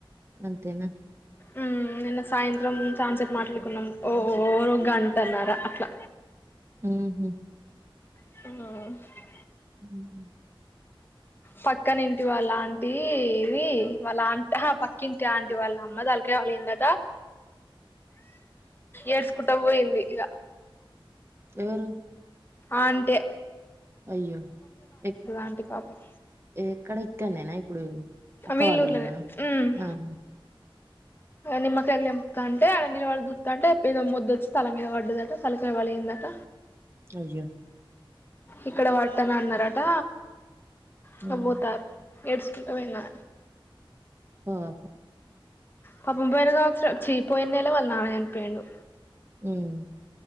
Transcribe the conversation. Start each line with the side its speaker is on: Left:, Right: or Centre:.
Right: అంతేనా
Left: ఉమ్ నిన్న సాయంత్రం చాన్సేప్ప మాట్లాడుకున్నాం ఓ గంటన్నారా అట్లా
Right: ఉహు
Left: ఆహ్
Right: ఉహు
Left: పక్కనింటి వాళ్ళ ఆంటి ఇది వాళ్ళ ఆ పక్కింటి ఆంటి వాళ్ళ అమ్మ తలకాయ్ పగిలిందట ఏడ్సంకుంటా పోయింది ఇగ
Right: ఎవరు
Left: అంటీ
Right: అయ్యో ఎ
Left: ఆంటీ పాపం
Right: ఎక్కడిక్క నేనా ఇప్పుడు అక్క
Left: వీళ్ళుర్లానే
Right: వాళ్ళ ఊర్లోనా
Left: ఉమ్
Right: ఆహా
Left: నిమ్మకయలి తెంప్తాంటే ఆడనిలవడి చూత్తంటే ఏదో ముద్దొచ్చి తల మీద పడ్డదట తల్కాయ పలిగిందట
Right: అయ్యో
Left: ఇక్కడ పట్టన అన్నారట ఇగ
Right: ఉమ్
Left: బోతారు ఏడ్చుకుంటూ పోన
Right: తర్వత
Left: పపం పోయిన సంవత్సం చీ పోయినెల వాళ్ళ నాన్న చనిపోయిండు
Right: ఉహ్